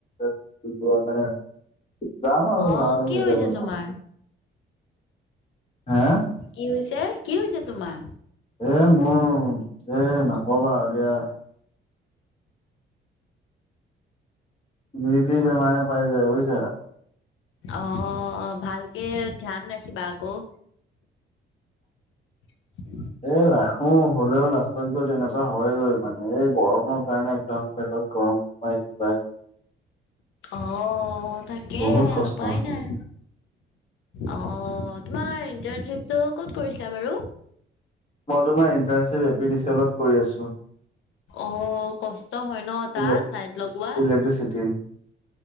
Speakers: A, on the left; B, on the left.
A: ছুটি পোৱা নাই, যাম আৰু
B: অ
A: যাও নো
B: কি
A: কেতিয়াবা
B: হৈছে
A: যাওঁ।
B: তোমাৰ?
A: হা।
B: কি হৈছে, কি হৈছে তোমাৰ?
A: এ মোৰ, এ নকবা আৰু দিয়া। যি তি বেমাৰে পাই যায় বুজিছা।
B: অঁ ভালকে ধ্যান ৰাখিবা আকৌ। উম।
A: এ ৰাখো হ'লেও লাষ্টত গৈ তেনেকুৱা হয়গৈ মানে এই গৰমৰ কাৰণে একদম পেটত গৰম। <inaudible>
B: অঁ তাকে
A: বহুত কষ্ট
B: উপায় নাই। অঁ তোমাৰ ইন্টাৰ্নশ্বিপটো কত কৰিছিলা বাৰু?
A: মই তোমাৰ ইন্টাৰ্নশ্বিপটো এপিডিচিএলত কৰি আছো।
B: অঁ কষ্ট হয় ন তাত
A: ইলে
B: লাইট লগোৱা।
A: <inaudible>